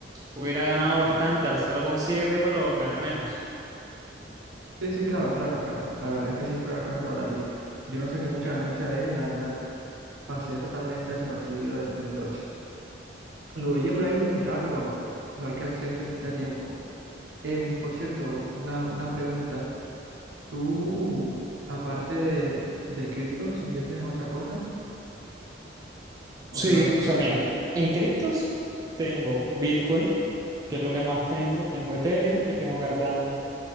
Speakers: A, on the right; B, on the right.
A: hubiera ganado bastante al cero coma siete, pero gané menos.
B: Sí, sí, claro, claro, claro. La verdad es que sí fue bastante volátil. Yo no saqué mucha ganancia de ellos, la verdad. Pasé totalmente desapercibido del, del Dodge. Lo veía por ahí, lo escuchaba, pero no alcancé a invertir a tiempo. Em, por cierto, una, una pregunta. ¿Tú, aparte de, de criptos, inviertes en otra cosa? ¿O
A: Sí,
B: solamente?
A: o sea, mira,
B: en cripto?
A: en criptos tengo Bitcoin, que es lo que más tengo, tengo Ethereum y tengo Cardano.